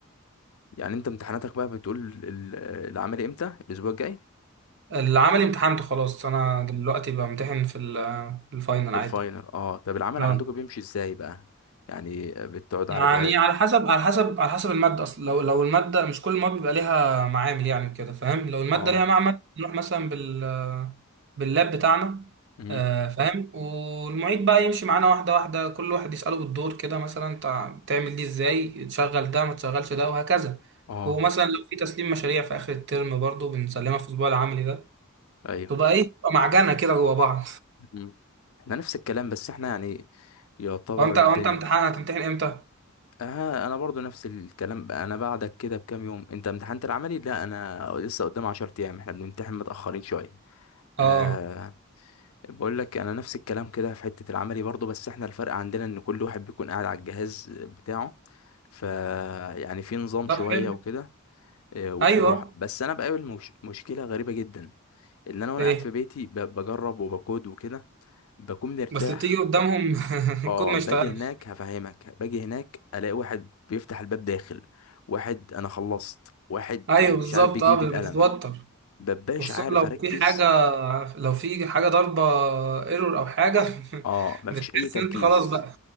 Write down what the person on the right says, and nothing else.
العملي امتحنته خلاص انا دلوقتي بامتحن في ال- في الفاينل
عادي
اه
يعني
على حسب على حسب على حسب الماده اصلا لو لو الماده مش كل المواد بيبقى ليها معامل يعني كده فاهم لو الماده
ليها معمل نروح مثلا بال باللاب بتاعنا
آه، فاهم والمعيد بقى يمشي معانا واحده واحده كل واحد يساله بالدور كده مثلا انت تعمل دي ازاي تشغل ده ما تشغلش ده وهكذا
ومثلا لو في تسليم مشاريع في اخر الترم برضو بنسلمها في الاسبوع العملي ده
تبقى ايه تبقى معجنه كده جوا بعض
هو انت
هو انت امتحان هتمتحن امتى؟
اه
طب
حلو
ايوه
ايه
بس بتيجي قدامهم <laughs>
الكود ما
يشتغلش
ايوه
بالظبط
اه
بتتوتر
وخصوصا
لو
في حاجه لو في حاجه ضربه ايرور او حاجه
<laughs>
بتحس
ان انت خلاص بقى